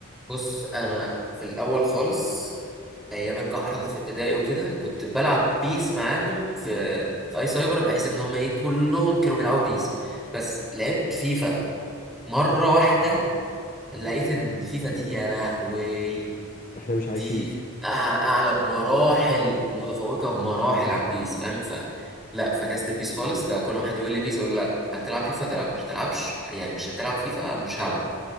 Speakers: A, in the centre; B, on the left.
A: بص انا في الاول خالص ايام الكحرطة في ابتدائي وكده كنت بلعب بيس معاهم في في اي سايبر بحيث ان هم ايه كلهم كانوا بيلعبوا بيس بس لعبت فيفا مرة واحدة لقيت ان فيفا دي يا لهوي
B: احنا مش عايشين
A: دي أع- اعلى بمراحل متفوقه بمراحل عن بيس فاهم ف لا فكست البيس خالص بقى كل ما حد يقول لي بيس اقول له لا هتلعب فيفا تلعب مش تلعبش يعني مش هتلعب فيفا مش هلعب